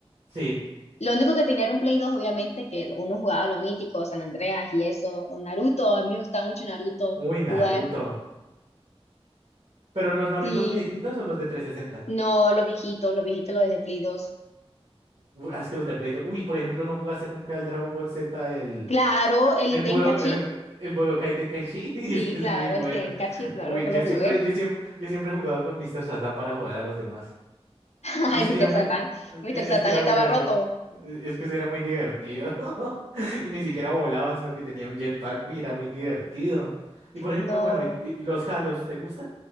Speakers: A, on the right; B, on the left.
A: sí,
B: Lo único que tenía era un Play 2 obviamente, que uno jugaba lo mítico, San Andreas y eso, o Naruto, a mí me gustaba mucho Naruto
A: uy, Naruto.
B: jugar.
A: Pero en los Narutos
B: Sí,
A: viejitos o los de 360,
B: no, los viejitos, los viejitos los de Play dos
A: Uy, ah, es que los de Play 2, uy, por ejemplo, ¿no jugaste nunca el Dragon Ball Z, el
B: Claro, el
A: El
B: Tenkachi,
A: Budo, eh, el Budokai Tenkaichi, <laughs> y
B: sí,
A: es que es
B: claro,
A: muy buena.
B: el Tenkachi, claro
A: Uy,
B: que
A: yo
B: lo
A: siempre,
B: jugué.
A: yo siempre, yo siempre he jugado con Mr. Satan para joder a los demás.
B: <laughs>
A: Uy,
B: Ay,
A: es
B: Mr.
A: que era muy,
B: Satan,
A: eh,
B: Mr.
A: eh, es
B: Satan
A: que era
B: estaba
A: muy divertido.
B: roto.
A: Eh, Es que eso era muy divertido. <laughs> Y ni siquiera volaba, sino que tenía un jetpack y era muy divertido. Y por ejemplo,
B: No,
A: bueno, y, y- y los Halos, ¿te gustan?